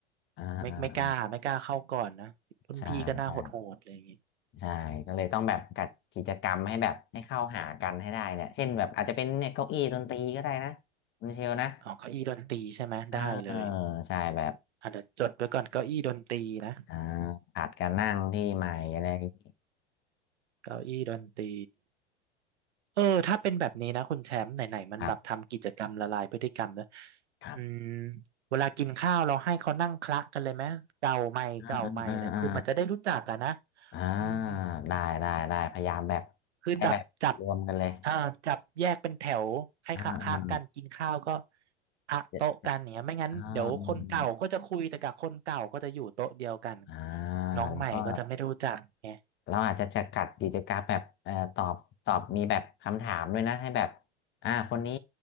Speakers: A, on the left (about 35°); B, on the right (about 75°).
A: อ่าอ่า
B: ไม่ไม่กล้าไม่กล้าเข้าก่อนนะรุ่นพี่ก็น่าโหดๆอะไรอย่างงี้
A: อ่าใช่ใช่ใช่ก็เลยต้องแบบจัดกิจกรรมให้แบบให้เข้าหากันให้ได้เนี่ยเช่นแบบอาจจะเป็นเนี่ยเก้าอี้ดนตรีก็ได้นะคุณเชลนะ
B: อ๋อเก้าอี้ดนตรีใช่ไหมได้เลย
A: เออใช่แบบ
B: อ่ะเดี๋ยวจดไว้ก่อนเก้าอี้ดนตรีนะ
A: อ่าผัดกันนั่งที่ใหม่อะไรอย่างนี้
B: เก้าอี้ดนตรี เออถ้าเป็นแบบนี้นะคุณแชมป์ไหนๆมันแบบทำกิจกรรมละลายพฤติกรรมนะ
A: ครับครับ
B: อืมเวลากินข้าวเราให้เขานั่งคละกันเลยไหมเก่าใหม่เก่าใหม่อะไรคือมันจะได้รู้จักอะนะ
A: อ่าอ่าอ่าอ่าอ่า
B: อืม
A: ได้ได้ได้พยายามแบบ
B: คือจับจับ
A: ให้แบบรวมกันเลย
B: อ่าจับแยกเป็นแถวให้คละคละกันกินข้าวก็
A: อ่าอ่า
B: ละโต๊ะกันเนี่ยไม่งั้นเดี๋ยวคนเก่าก็จะคุยแต่กับคนเก่าก็จะอยู่โต๊ะเดียวกัน
A: เจ็ดเจ็ดอ่าอมอ่า
B: น้องใหม่ก็จะไม่รู้จักไง
A: แล้วก็ เราอาจจะจำกัดกิจกรรมแบบเอ่อตอบตอบมีแบบคำถามด้วยนะให้แบบอ่าคนนี้